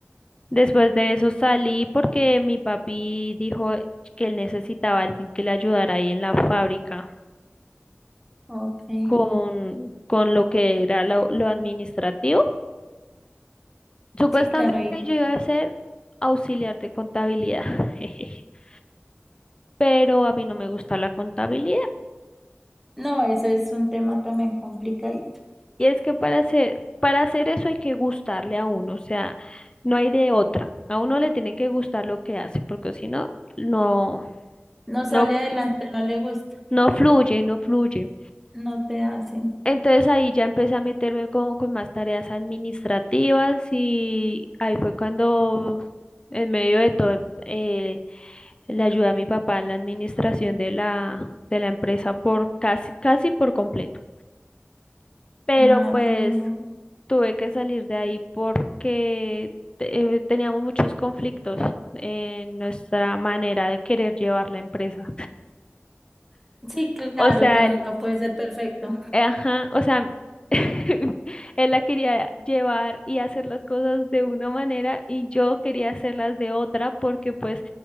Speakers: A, on the left (about 20°); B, in the centre.
A: Después de eso salí porque mi papi dijo que él necesitaba a alguien que le ayudara ahí en la fábrica
B: ok.
A: con, con lo que era lo, lo administrativo. Supuestamente
B: Sí, claro. Y,
A: yo iba a ser auxiliar de contabilidad, <laughs> pero a mí no me gusta la contabilidad.
B: no, eso es un tema también complicadito.
A: Y es que para hacer, para hacer eso hay que gustarle a uno, o sea, no hay de otra. A uno le tiene que gustar lo que hace, porque si no, no,
B: No sale
A: no,
B: adelante, no le gusta,
A: no fluye, no fluye.
B: no te hace
A: Entonces ahí ya empecé a meterme como con más tareas administrativas y ahí fue cuando en medio de todo em- eh, le ayudé a mi papá en la administración de la, de la empresa por casi, casi por completo. Pero
B: nada,
A: pues
B: pero bien.
A: tuve que salir de ahí porque te- eh, teníamos muchos conflictos en nuestra manera de querer llevar la empresa.
B: Sí, claro,
A: O sea,
B: todo no puede ser perfecto.
A: Ajá, o sea, <laughs> él la quería llevar y hacer las cosas de una manera y yo quería hacerlas de otra porque pues